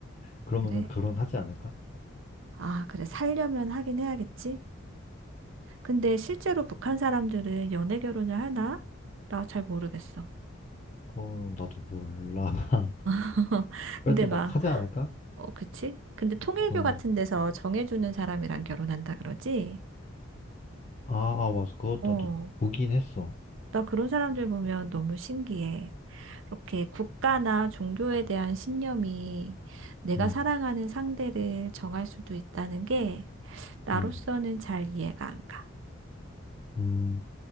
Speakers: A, on the left; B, on the right.
A: 그러면은
B: 그래?
A: 결혼하지 않을까?
B: 아, 그래. 살려면 하긴 해야겠지? 근데 실제로 북한 사람들은 연애 결혼을 하나? 나 잘 모르겠어.
A: 어, 나도 몰라. <laughs>
B: <laughs>
A: 그래도
B: 근데 막,
A: 막 하지 않을까?
B: 어, 그치? 근데 통일교
A: 어.
B: 같은 데서 정해주는 사람이랑 결혼한다 그러지?
A: 아, 아, 맞아. 그것
B: 어,
A: 나도 보긴 했어.
B: 나 그런 사람들 보면 너무 신기해. 이렇게 국가나 종교에 대한 신념이 내가
A: 응,
B: 사랑하는 상대를 정할 수도 있다는 게 나로서는
A: 응,
B: 잘 이해가 안 가.
A: 음,